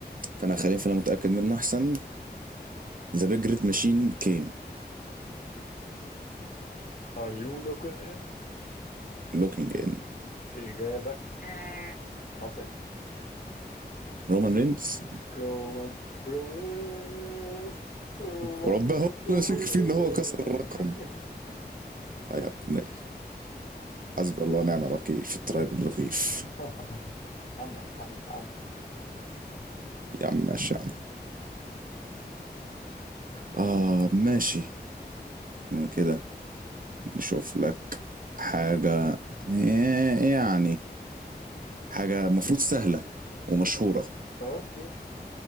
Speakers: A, on the right; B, on the left.
A: فانا هخليها انا متاكد منه احسن ذا بيج ريد ماشين كين
B: Are you looking in؟
A: لوكينج ان
B: إجابة آه. خاطئة
A: رومان رينز
B: رومان رومان رينز رومان
A: وربنا هو
B: رومان
A: اللي نشك فيه
B: رينز
A: ان هو كسر الرقم آه يا ابن ال- حسبي الله ونعم الوكيل في التراب الرغيف
B: <laughs> عمك يا حبيبي عم
A: يا عم ماشي يا عم اه ماشي كده نشوف لك حاجة آه يعني حاجة مفروض سهلة ومشهورة
B: أو- أوكي